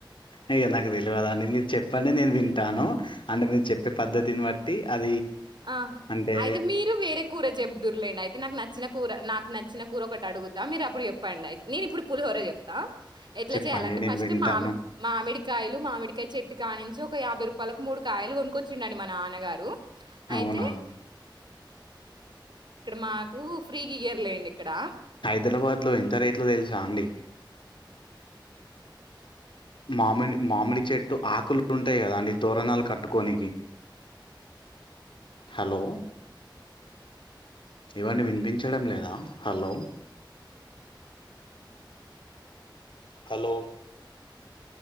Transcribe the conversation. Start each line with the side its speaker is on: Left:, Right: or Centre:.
Left: అయ్యో నాకు తెల్వదు అండి మీరు చెప్పండి నేను వింటాను అంటే మీరు చెప్పే పద్ధతిని బట్టి అది
Right: ఆ
Left: అంటే
Right: అయితే మీరు వేరే కూర చెప్దుర్లే అండి అయితే నాకు న నచ్చిన కూర నాకు నచ్చిన కూర ఒకటి అడుగుతా మీరు అప్పుడు చెప్పండి అయితే నేను ఇప్పుడు పులిహోర చెప్తా ఎట్లా
Left: చెప్పండి
Right: చేయాలంటే
Left: నేను
Right: ఫస్ట్
Left: వింటాను
Right: మామిడి మామిడి కాయలు మామిడికాయ చెట్టు కాని నుంచి ఒక యాభై రూపాయలకు మూడు కాయలు కొనుక్కొచ్చింండి మ నాన్నగారు అయితే
Left: అవునా
Right: ఇక్కడ మాకు ఫ్రీగియ్యారు లేండి ఇక్కడ
Left: హైదరాబాద్ లో ఎంత రేట్లో తెలుసా అండి మామిడి మామిడి చెట్టు ఆకులు ఉంటాయి కదా అండి తోరణాలు కట్టుకోనికి హలో ఏవండీ వినిపించడం లేదా హలో హలో